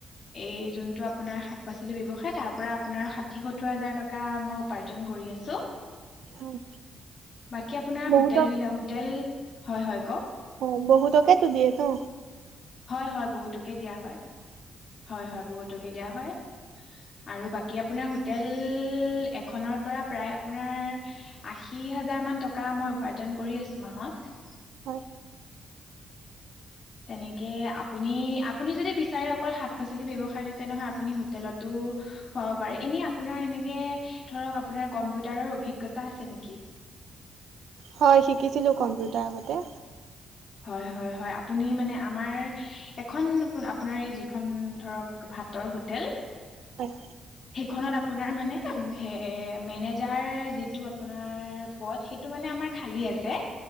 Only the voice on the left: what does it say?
এই যোনটো আপোনাৰ শাক পাচলি ব্যৱসায় তাৰ পৰা পৰা আপোনাৰ ষাঠি সত্তৰ হাজাৰ টকা মই উপাৰ্জন কৰি আছো।
বাকী আপোনাৰ
হোটেলবিলাক- হোটেল- হয় - হয় কওঁক।
হয় - হয়, বহুতকে দিয়া হয়। হয় - হয়, বহুতকে দিয়া হয়। আৰু বাকী আপোনাৰ হোটেল এখনৰ পৰা প্ৰায় আপোনাৰ আশী হাজাৰ মান টকা মই উপাৰ্জন কৰি আছোঁ মাহত।
তেনেকে আপুনি - আপুনি যদি বিচাৰে অকল শাক পাচলি ব্যৱসায়টোতিয়া নহয় আপুনি হোটেলতো প এনে আপোনাৰ এনেকে ধৰক আপোনাৰ কম্পিউটাৰৰ অভিজ্ঞতা আছে নেকি।
হয় হয় হয় আপুনি মানে আমাৰ এখন আপোনাৰ এই যিখন ধৰক ভাতৰ হোটেল
খনত আপোনাৰ মানে হে মেনেজাৰ যিটো আপোনাৰ পদ সেইটো মানে আমাৰ খালি আছে